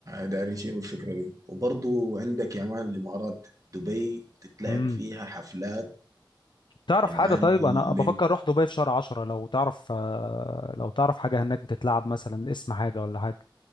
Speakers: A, on the right; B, on the left.
A: دايرين يشيلوا الفكرة دي وبرضو عندك يا مان الإمارات دبي بتتلعب
B: امم.
A: فيها حفلات
B: تعرف
A: يا معلم
B: حاجة طيب أنا بفكر أروح دبي في شهر عشرة لو تعرف آه، لو تعرف حاجة هناك بتتلعب مثلا اسم حاجة ولا حاجة